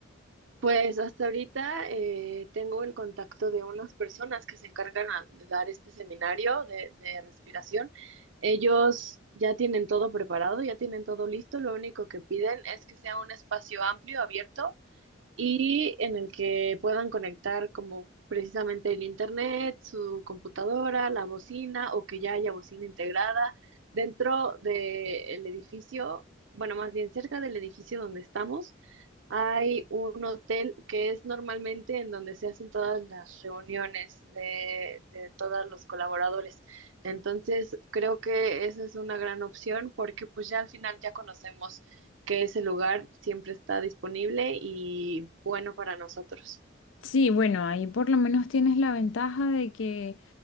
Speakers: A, on the right; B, on the left.
A: Pues hasta ahorita eh, tengo el contacto de unas personas que se encargan a- de dar este seminario de, de respiración. Ellos ya tienen todo preparado, ya tienen todo listo. Lo único que piden es que sea un espacio amplio, abierto y en el que puedan conectar como precisamente el internet, su computadora, la bocina o que ya haya bocina integrada dentro del edificio, bueno, más bien cerca del edificio donde estamos. Hay un hotel que es normalmente en donde se hacen todas las reuniones de, de todos los colaboradores. Entonces, creo que esa es una gran opción porque pues ya al final ya conocemos que ese lugar siempre está disponible y bueno para nosotros.
B: Sí, bueno, ahí por lo menos tienes la ventaja de que